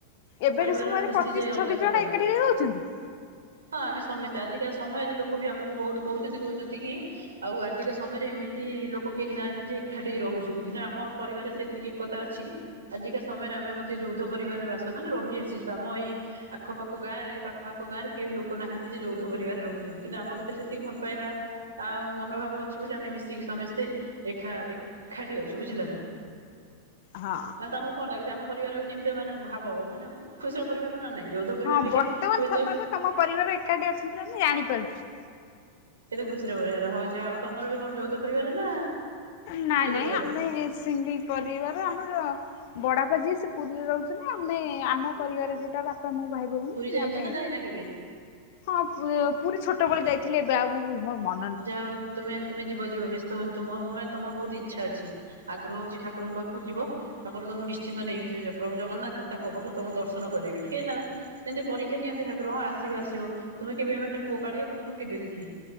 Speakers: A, on the left; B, on the right.
A: ଏବେବି
B: ପରିବାରର
A: ସମୟରେ
B: ଖୁସି
A: ପଚିଶ
B: ଯେ ଅଲଗା
A: ଛବିଶ
B: ପ୍ରକାର
A: ଜଣ ଏକାଠି ରହୁଛନ୍ତି।
B: ହଁ ଆମେ ସମସ୍ତେ ଆଜିକା ସମୟରେ ଲୋକ ବି ଆମକୁ ବହୁତ କହୁଚନ୍ତି, କହୁଛନ୍ତି କି ଆଉ ଆଜିକା ସମୟରେ ଏମିତି ଲୋକ କେହି ନାହାନ୍ତି ଯେ ଏକାଠି ରହୁଛନ୍ତି କିନ୍ତୁ ଆମ ପରିବାରେ ସେତିକି ଏକତା ଅଛି। ଆଜିକା ସମୟରେ ଆମେ ମଧ୍ୟ ଯୌଧ ପରିବାରରେ ବାସ ମାନେ ରହି ଆସିଛୁ ଆମ ଏଇ ଆଖପାଖ ଗାଁରେ ପାଖ ଆଖ ଗାଁ ରେ କେଉ ଲୋକ ନାହାନ୍ତି ଯେ ଯୌଦ୍ଧ ପରିବାରରେ ରହୁଛନ୍ତି କିନ୍ତୁ ଆମ ଭିତରେ ସେତିକି ଭଲ ପାଇବା ଆଉ ମନୋଭାବ ଅଛି ବୋଲି ଆମେ ମିଶିକି ସମସ୍ତେ ଏଖା ଏଖାଠି ଅଛୁ ବୁଝିଲ ନା।
A: ହଁ।
B: ଆଉ ତମକୁ କଣ ଲାଗୁଚି ଆମ ପରିବାର କେମିତିଆ ମାନେ ଭାବ ମାନେ ଖୁସିର ପରିବାର ନା ନାଇଁ ଯୌଧ
A: ହଁ
B: ପରିବାର ଟିକେ
A: ବର୍ତ୍ତମାନ
B: ହୁଏତ
A: ସମୟରେ ତମ ପରିବାର ଏକାଠି ଅଛନ୍ତି ମାନେ ଜାଣିପାରୁଚି।
B: କେତେ ଖୁସିର <unintelligible> ହଉ ଯାହା ହଉ ତମର ବି କଣ ଯୌଧ ପରିବାର ନା
A: ନାଇ
B: ଇଏ
A: ନାଇଁ
B: ପରିବାର?
A: ଆମ ସିଙ୍ଗି ପରିବାର ଆମର ବଡାଆପା ଯିଏ ସେ ପୁରୀରେ ରହୁଛନ୍ତି, ଆମେ ଆମ ପରିବାର ଯୋଉଟା ବା ପା ମୁଁ ଭାଇ ଭଉଣୀ
B: ପୁରୀ ଯାଇଛ
A: ଆମେ
B: ନା ଯାଇନା କେବେ?
A: ହଁ ପୁ ପୁରୀ ଛୋଟବେଳେ ଯାଇଥିଲି ଏବେ ଆଉ ମୁ ମୋ ମ
B: ଯାଉ ତୁମେ ତୁମେ ଯିବ ଯିବ ବ୍ୟସ୍ତ ହୁଅନି ତୁମ ମାନେ ତମର ବହୁତ ଇଚ୍ଛା ଅଛି। ଆଗ୍ରହ ହଉଛି ଠାକୁରଙ୍କ ପାଖକୁ ଯିବ। ଠାକୁର ତମକୁ ନିଶ୍ଚିନ୍ତ ନେଇକି ଯିବେ, ପ୍ରଭୁ ଜଗନ୍ନାଥ ତାଙ୍କ ପାଖକୁ ତମକୁ ଦର୍ଶନ କରିବେ। ଯେମିତି ପରୀକ୍ଷା ନିଅନ୍ତି ଠାକୁର ଆସିବ ଆସିବ ତୁମେ କେବେ ମେ କୁହ କାଳିଆ ମୁଁ ତମକୁ କେବେ ଦେଖିବି।